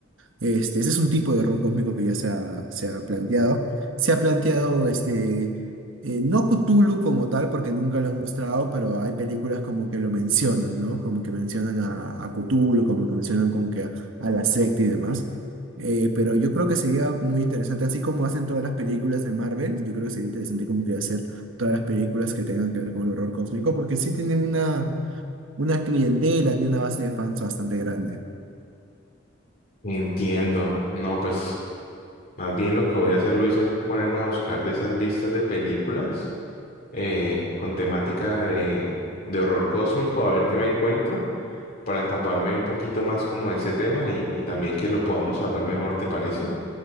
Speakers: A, on the right (about 80°); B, on the left (about 50°).
A: Este, ese es un tipo de error cósmico que ya se ha, se ha planteado. Se ha planteado este, eh, no Cthulhu como tal, porque nunca lo han mostrado, pero hay películas como que lo mencionan, ¿no? Como que mencionan a, a Cthulhu, como que mencionan como que a, a la secta y demás. Eh, pero yo creo que sería muy interesante, así como hacen todas las películas de Marvel, yo creo que sería interesante como que hacer todas las películas que tengan que ver con el horror cósmico, porque sí tienen una, una clientela y una base de fans bastante grande.
B: Entiendo. No, pues. Más bien lo que voy a hacer, Luis, es ponerme a buscar de esas listas de películas eh, con temática de, de horror cósmico, a ver qué me encuentro, para empaparme un poquito más como de ese tema y, y también que lo podamos hablar mejor, ¿te parece?